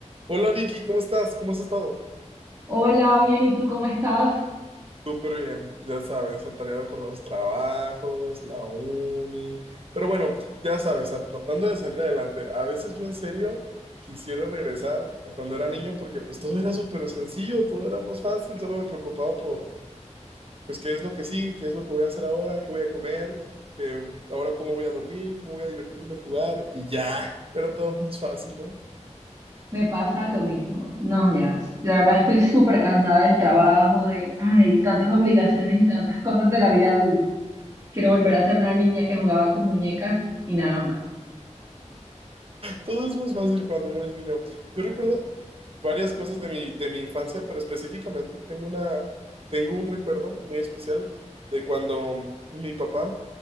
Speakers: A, on the right; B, on the right.
A: Hola Vicky, ¿cómo estás? ¿Cómo has estado?
B: Hola, bien, ¿y tú cómo estás?
A: Súper bien, ya sabes, atareado con los trabajos, la uni, pero bueno, ya sabes, a- tratando de salir adelante. A veces yo en serio quisiera regresar a cuando era niño porque pues todo era súper sencillo, todo era más fácil, solo me preocupaba por pues qué es lo que sigue, qué es lo que voy a hacer ahora, qué voy a comer, qué- ahora cómo voy a dormir, cómo voy a divertirme, jugar y ya, era todo más fácil, ¿no?
B: Me pasa lo mismo. No, ya, la verdad estoy súper cansada del trabajo, de, ay, tantas obligaciones y tantas cosas de la vida adulta. Quiero volver a ser una niña que jugaba con muñecas y nada más.
A: Todo es más fácil cuando uno es niño. Yo recuerdo varias cosas de mi, de mi infancia, pero específicamente tengo una, tengo un recuerdo muy especial de cuando mi papá